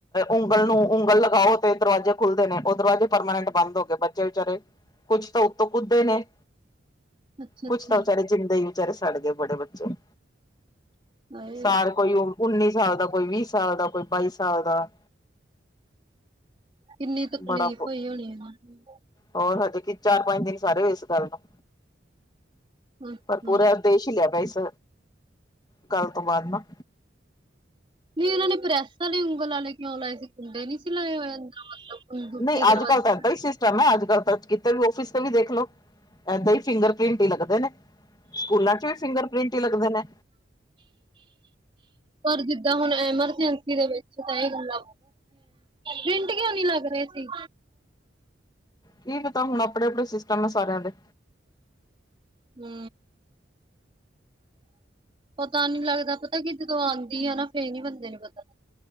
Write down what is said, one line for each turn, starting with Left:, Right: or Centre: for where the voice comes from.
Left: ਉਂਗਲ ਨੂੰ ਉਂਗਲ ਲਗਾਓ ਤੇ ਦਰਵਾਜ਼ੇ ਖੁੱਲਦੇ ਨੇ ਉਹ ਦਰਵਾਜ਼ੇ ਪਰਮਾਨੈਂਟ ਬੰਦ ਹੋ ਗਏ, ਬੱਚੇ ਵਿਚਾਰੇ ਕੁੱਝ ਤੋ ਉੱਤੋਂ ਕੁੱਦੇ ਨੇ
Right: ਅੱਛਾ
Left: ਕੁਛ
Right: ਅੱਛਾ
Left: ਤੇ ਵਿਚਾਰੇ ਜਿੰਦੇ ਹੀ ਵਿਚਾਰੇ ਸੜ ਗਏ ਬੜੇ ਬੱਚੇ
Right: ਹਾਏ
Left: ਸਾਲ ਕੋਈ ਉੱਨੀ ਸਾਲ ਦਾ ਕੋਈ ਵੀਹ ਸਾਲ ਦਾ ਕੋਈ ਬਾਈ ਸਾਲ ਦਾ
Right: ਕਿੰਨੀ ਤਕਲੀਫ਼
Left: ਬੜਾ
Right: ਹੋਈ ਹੋਣੀ ਏਨਾਨੂੰ
Left: ਹੋਰ ਹਜੇ ਕੀ ਚਾਰ ਪੰਜ ਦਿਨ ਸਾਰੇ ਹੋਏ ਇਸ ਗੱਲ ਨੂੰ,
Right: ਅੱਛਾ
Left: ਪਰ ਪੂਰਾ ਦੇਸ਼ ਲਿਆ ਪਾਈ ਇਸ ਕੱਲ ਤੋਂ ਬਾਅਦ ਨਾ
Right: ਨਹੀਂ ਉਹਨਾਂ ਨੇ ਪ੍ਰੈਸ ਵਾਲੇ ਉਂਗਲ ਵਾਲੇ ਕਿਉਂ ਲਾਏ ਸੀ ਕੁੰਡੇ ਨਹੀਂ ਸੀ ਲਾਏ ਹੋਏ ਅੰਦਰ ਮਤਲਬ ਦੂਜੇ
Left: ਨਹੀਂ
Right: ਦਰਵਾਜ਼ੇ
Left: ਅੱਜ ਕੱਲ ਤਾਂ
Right: ਵਾਲੇ?
Left: ਇਦਾਂ ਹੀ ਅੱਜ ਕੱਲ ਤਾਂ ਕਿਤੇ ਵੀ ਆਫ਼ਿਸ ਤੇ ਵੀ ਦੇਖ ਲੋ ਇਦਾਂ ਹੀ ਫਿੰਗਰ ਪ੍ਰਿੰਟ ਹੀ ਲੱਗਦੇ ਨੇ ਸਕੂਲਾਂ ਚ ਵੀ ਫਿੰਗਰ ਪ੍ਰ੍ਰਿੰਟ ਹੀ ਲੱਗਦੇ ਨੇ
Right: ਪਰ ਜਿੱਦਾਂ ਹੁਣ ਐਮਰਜੈਂਸੀ ਦੇ ਵਿੱਚ ਤਾਂ ਇਹ ਗੱਲਾਂ ਰਿੰਟ ਕਿਉਂ ਨੀ ਲੱਗ ਰਹੇ ਸੀ
Left: ਕੀ ਪਤਾ ਹੁਣ ਆਪਣੇ ਆਪਣੇ ਸਿਸਟਮ ਨੇ ਸਾਰਿਆਂ ਦੇ
Right: ਹੂ ਪਤਾ ਨੀ ਲੱਗਦਾ ਪਤਾ ਕਿ ਜਦੋਂ ਆਉਂਦੀ ਹੈ ਨਾ ਫੇਰ ਨੀ ਬੰਦੇ ਨੂੰ ਪਤਾੱ